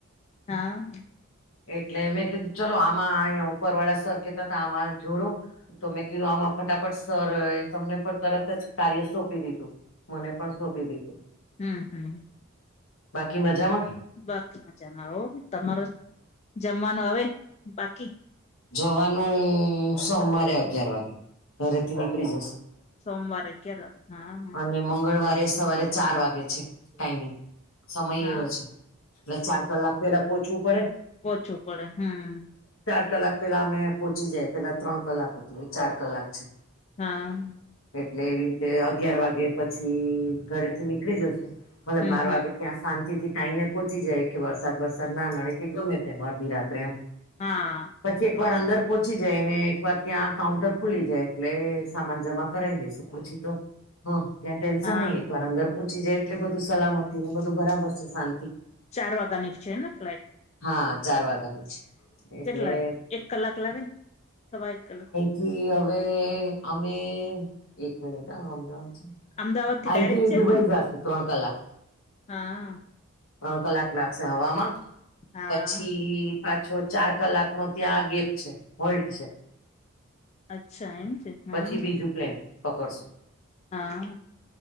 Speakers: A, on the left; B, on the left.
A: હા.
B: એટલે મેં કીધું ચલો આમાં અહીંયા ઉપર વાળા સર કેતા હતા આમાં જોડો તો મેં કીધું આમાં ફટાફટ સર તમને પણ તરત જ કાર્ય સોંપી દીધું. મને પણ સોપી દીધું.
A: હમ્મ, હમ્મ.
B: બાકી મજામાં?
A: બાકી મજામાં હો, તમારો જમવાનું અવે બાકી?
B: જવાનું સોમવારે અગયાર વાગે, ઘરે થી નીકળી જશુ.
A: સોમવારે અગિયાર વાગે હા
B: અને મંગળવારે સવારે ચાર વાગે છે ટાઈમિંગ. સમય
A: હા
B: એવો છે એટલે ચાર કલાક પેલા પોહોંચવું પડે
A: પોછવું પડે, હમ્મ.
B: ચાર કલાક પેલા અમે પોહોંચી જાય પેલા ત્રણ કલાક હતું હવે ચાર કલાક છે.
A: હા.
B: એટલે એવી રીતે અગિયાર વાગે પછી ઘરે થી નીકળી જશું ભલે
A: હમ
B: બાર
A: હમ
B: વાગે ત્યાં શાંતિથી ટાઈમે પહોંચી જાય કે વરસાદ બરસાદ ના નડે કે ગમે તેમ અડધી રાત્રે એમ.
A: હા.
B: પછી એકવાર અંદર પહોંચી જાય ને એકવાર ત્યાં કાઉન્ટર ખુલી જાય એટલે સામાન જમા કરાવી દઈશ. પછી તો ત્યાં હા ત્યાં ટેન્શન
A: હા
B: નઈ એક વાર અંદર પહોચી જાય એટલે બધું સલામતી ને બધું બરાબર છે શાંતિ.
A: ચાર વાગ્યાની છે ને ફલાઈટ?
B: હા, ચાર વાગાની છે. એટલે
A: કેટલા એક કલાક લાગેને સવા એક કલાક?
B: થી હવે અમે એક મીનીટ હા હમજાવું છું.
A: અમદાવાદ થી
B: આઈ
A: ડાયરેક્ટ
B: થિ
A: છે
B: દુબઈ
A: ને
B: જશુ ત્રણ કલાક.
A: હા.
B: ત્રણ કલાક લાગશે હવામાં
A: હા
B: પછી પાછો ચાર કલાક નો ત્યાં આ ગેપ છે હોલ્ડ છે.
A: અચ્છા એમ છે
B: પછી
A: હા
B: બીજું પ્લેન પકડશું.
A: હા.